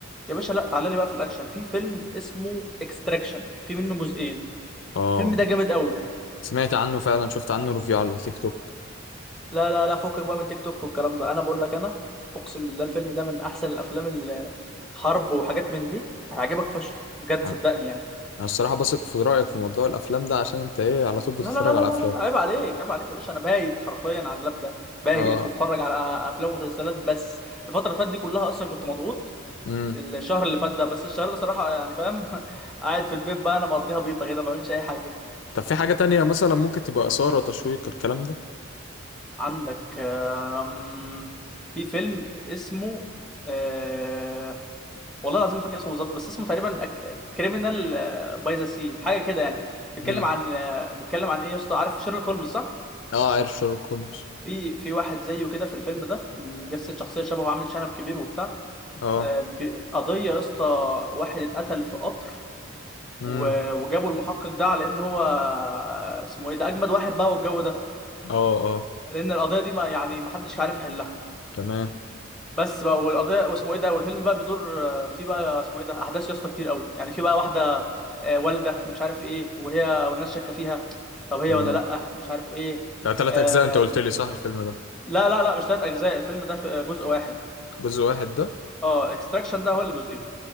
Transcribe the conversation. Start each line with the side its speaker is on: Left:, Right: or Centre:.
Centre: يا باشا لا تعالى لي بقى في الاكشن في فيلم اسمه اكستراكشن في منه جزئين
Left: اه
Centre: الفيلم ده جامد قوي
Left: سمعت عنه فعلا شفت عنه ريفيو على التيك توك
Centre: لا لا لا فكك بقى من تيك توك والكلام ده انا بقول لك انا اقسم بالله الفيلم ده من احسن الافلام اللي حرب وحاجات من دي هيعجبك فشخ بجد
Left: انا
Centre: صدقني يعني
Left: أنا الصراحه بثق في رايك في موضوع الافلام ده عشان انت ايه على طول بتتفرج
Centre: لا لا لا لا
Left: على
Centre: لا
Left: افلام
Centre: لا عيب عليك عيب عليك يا باشا انا بايت حرفيا على اللاب ده بايت
Left: اه
Centre: بتفرج على افلام ومسلسلات بس الفتره اللي فاتت دي كلها اصلا كنت مضغوط
Left: امم
Centre: الشهر اللي فات ده بس الشهر ده صراحه يعني فاهم <laughs> قاعد في البيت بقى انا مقضيها بيطه كده ما بعملش اي حاجه
Left: طب في حاجه تانية مثلا ممكن تبقى اثاره تشويق الكلام ده
Centre: عندك آم، في فيلم اسمه أه... والله العظيم ما فاكر اسمه بالظبط بس اسمه تقريبا كريمنال باي ذا سي حاجه كده يعني بيتكلم
Left: امم
Centre: عن آه، بيتكلم عن ايه يا اسطى عارف شيرلوك هولمز صح
Left: اه عارف شارلوك هولمز
Centre: في في واحد زيه كده في الفيلم ده مجسد شخصيه شبهه عامل شنب كبير وبتاع
Left: اه
Centre: آه، ب- قضيه يا اسطى واحد اتقتل في قطر
Left: امم
Centre: و- وجابوا المحقق ده على ان هو اسمه ايه ده اجمد واحد بقى والجو ده
Left: اه اه
Centre: لان القضيه دي ما يعني ما حدش عارف يحلها
Left: تمام
Centre: بس بقى والقضيه واسمه ايه ده والفيلم بقى بيدور آه، في بقى اسمه ايه ده احداث يا اسطى كتير قوي يعني في بقى واحده آه، والده ومش عارف ايه وهي والناس شاكه فيها طب هي
Left: تمام
Centre: ولا لا مش عارف ايه
Left: ده تلات
Centre: آه،
Left: اجزاء انت قلت لي صح الفيلم ده
Centre: لا لا لا مش تلات اجزاء الفيلم ده في جزء واحد
Left: جزء واحد ده
Centre: اه اكستراكشن ده هو اللي جزئين